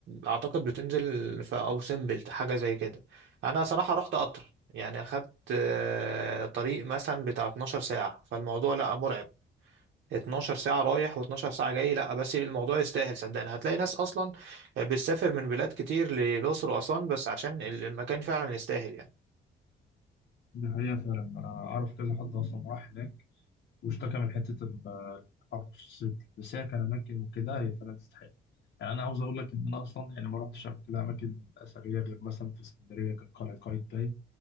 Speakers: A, on the right; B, on the left.
A: اعتقد بتنزل في او سيمبل حاجه زي كده انا صراحه رحت قطر يعني اخدت آه، طريق مثلا بتاع 12 ساعه فالموضوع لا مرعب 12 ساعة رايح و12 ساعة جاي لا بس الموضوع يستاهل صدقني هتلاقي ناس أصلا بتسافر من بلاد كتير للأقصر وأسوان بس عشان ال- المكان فعلا يستاهل يعني
B: دي حقيقة فعلا أنا أعرف كذا حد أصلا راح هناك واشتكى من حته ال- الحر في الصيف دي. بس هي كاماكن وكده هي فعلا تستحق يعني انا عاوز اقول لك ان انا اصلا يعني ما رحتش قبل كده اماكن اثريه غير مثلا في اسكندريه كانت قلعه قايتباي